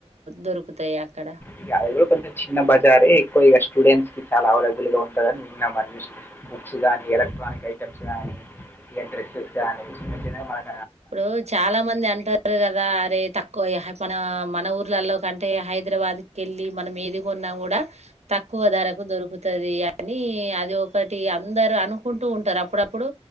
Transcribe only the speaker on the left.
ఇక అవి కూడా కొంచెం చిన్న బజారే ఎక్కువ ఇగా స్టూడెంట్స్ కి చాలా అవైబుల్ గా ఉంటుందని విన్న బుక్స్ గానీ ఎలక్ట్రానిక్ ఐటెమ్స్ గానీ ఇ డ్రెస్సెస్ గానీ చిన్న చిన్న మనక్